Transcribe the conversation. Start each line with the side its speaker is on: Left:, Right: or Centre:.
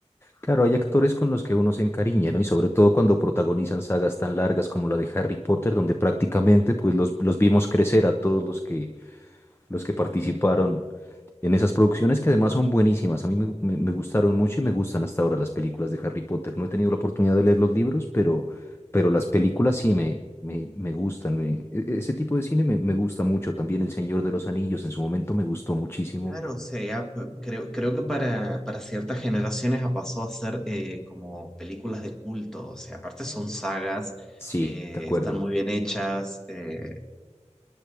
Left: Claro, hay actores con los que uno se encariña, ¿no? Y sobre todo cuando protagonizan sagas tan largas como la de Harry Potter, donde prácticamente pues los, los vimos crecer a todos los que los que participaron en esas producciones que además son buenísimas. A mí me, me- me gustaron mucho y me gustan hasta ahora las películas de Harry Potter. No he tenido la oportunidad de leer los libros, pero, pero las películas sí me, me, me gustan. me- e- e- ese tipo de cine me, me gusta mucho. También El Señor de los Anillos en su momento me gustó muchísimo.
Centre: Claro, o sea, ya, p- creo, creo que para, para ciertas generaciones ha pasado a ser eh, como películas de culto, o sea, aparte son sagas,
Left: Sí,
Centre: eh,
Left: de acuerdo.
Centre: están muy bien hechas, eh,